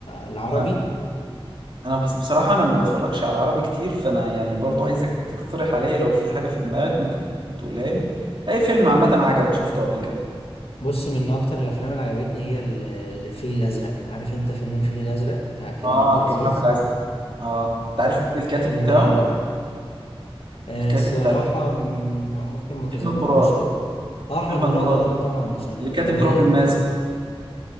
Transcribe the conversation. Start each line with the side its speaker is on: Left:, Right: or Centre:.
Left: العربي
Right: انا انا بص- بصراحه انا ما بتفرجش على عربي كتير فانا يعني برضو عايزك تقترح عليا لو في حاجه في دماغك ممكن تقولها لي اي فيلم عامه عجبك شفته قبل كده
Left: بص من اكتر الافلام اللي عجبتني هي ال- الفيل الازرق عارف انت فيلم الفيل الازرق بتاع كريم
Right: اه
Left: عبد اه العزيز
Right: كريم عبد العزيز اه انت عارف مين الكاتب
Left: الفيلم
Right: بتاعه
Left: ده رائع آه،
Right: الكاتب
Left: الصراحة
Right: بتاع
Left: م- م- ممكن ما تذكروش
Right: احمد مراد
Left: أوي اه احمد
Right: احمد
Left: مراد
Right: مراد
Left: اه طبعا عشان
Right: اللي
Left: الرواية
Right: كاتب تراب الماس